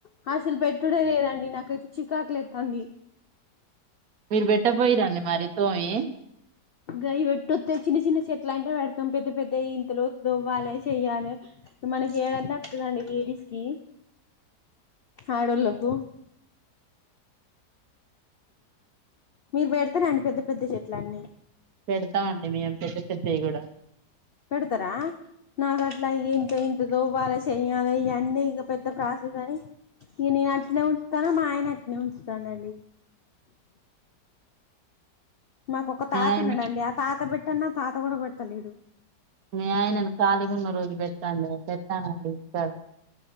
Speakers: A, on the left; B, on the right.
A: హ అసలు పెట్టుడె లేదండి నాకైతే చికాకులెత్తంది.
B: మీరు బెట్టకపోయిరండి మరి తోమి
A: గయి పెట్టొత్తె చిన్న చిన్న చెట్లంటె పెడతం పెద్ద పెద్దయి ఇంత లోతు తోవ్వాలె చెయ్యాలె, మనకి ఏడన్న అత్తదండి లేడీస్ కి ఆడొళ్ళకు మీరు పెడతరండి పెద్ద పెద్ద చెట్లన్నీ?
B: పెడతామండి మేం పెద్ద పెద్దయి గుడ
A: పెడతరా నాగట్లా ఏం చయన్ దోమాలె చెయలే ఇయన్ని ఇంగ పెద్ద ప్రాసెస్ అని ఈ నేను అట్నే ఉంచుతాను, మా ఆయన అట్నే ఉంచుతాండండి. మాకు ఒక తాత
B: ఆయన
A: ఉన్నాడండి, ఆ తాత పెట్టన్న తాత గుడ పెడతలేడు.
B: మీ ఆయనను కాలిగున్న రోజు పెట్టాండి పెట్టానండి సరే